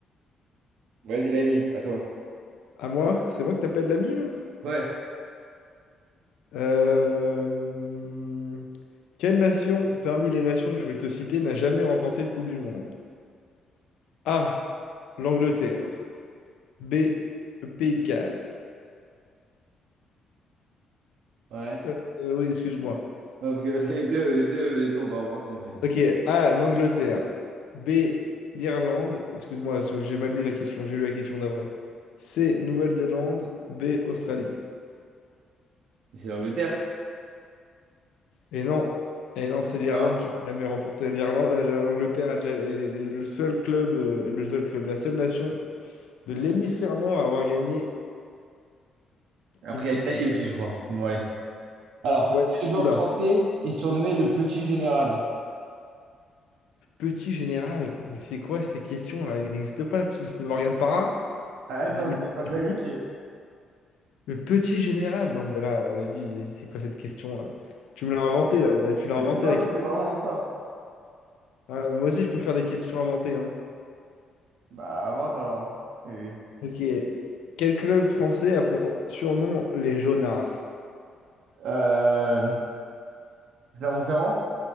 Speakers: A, on the right; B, on the left.
A: Vas-y, l'ami, à toi.
B: À moi? C'est moi que t'appelles l'ami, là?
A: Ouais,
B: Euh, Quelle nation, parmi les nations que je vais te citer, n'a jamais remporté de Coupe du Monde? A. L'Angleterre. B. Le Pays de Galles.
A: ouais.
B: Euh, euh, oui, excuse-moi.
A: Non, parce que là, c'est les deux, les deux, les deux, on va remonter, mais,
B: Ok. A. L'Angleterre. B. L'Irlande. Excuse-moi, j'ai j'ai mal lu la question. J'ai lu la question d'après. C. Nouvelle-Zélande. B. Australie.
A: mais c'est l'Angleterre.
B: Et non. Et non, c'est l'Irlande
A: Ah.
B: qui n'a jamais remporté. L'Irlande, euh, l'Angleterre a déjà, est le seul club, euh, le seul club, la seule nation de l'hémisphère nord à avoir gagné
A: Après,
B: une coupe.
A: il y a l'Italie
B: du-
A: aussi, je crois. Bon, allez. Alors,
B: Ouais,
A: quel joueur
B: oula.
A: français est surnommé le petit général?
B: Petit général, mais c'est quoi ces questions-là? Il n'existe pas le petit... C'est Morgane Parra?
A: Ah
B: Dimitri
A: non, c'est pas bien
B: Pavlovitch
A: Galtier.
B: Le petit général? Non, mais là, vas-y, vas-y, c'est quoi cette question-là? Tu me l'as inventé, là. Là, tu l'as
A: <laughs>
B: inventé,
A: Non,
B: la question.
A: c'est vraiment ça.
B: Ah, moi aussi, je peux faire des questions inventées, hein.
A: Bah, avant, alors. Eh Oui.
B: Ok. Quel club français a pour surnom les Jaunards?
A: Euh, Clermont-Ferrand?